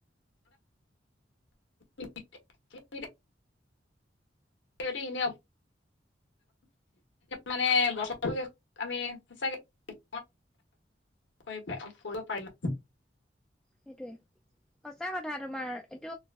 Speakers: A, on the left; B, in the centre.
A: <unintelligible> যদি এনে মানে বছৰটো শেষত আমি সঁচাকে <unintelligible> কৰি পাই, কৰিব পাৰি।
B: সেইটোৱে সঁচা কথা তোমাৰ এইটো